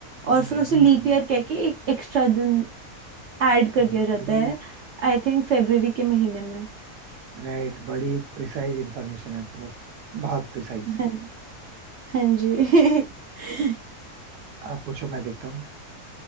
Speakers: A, on the right; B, on the right.
A: हम्म
B: और फिर उसे लीप ईयर कह के एक एक्स्ट्रा दिन ऐड कर
A: बड़ी
B: दिया जाता है आई थिंक फेब्रवरी के महीने में
A: राइट बड़ी प्रिसाइज इंफॉर्मेशन है आपके पास बहुत प्रिसाइज
B: हाँ हाँ जी <laughs>
A: आप पूछो मैं देखता हूँ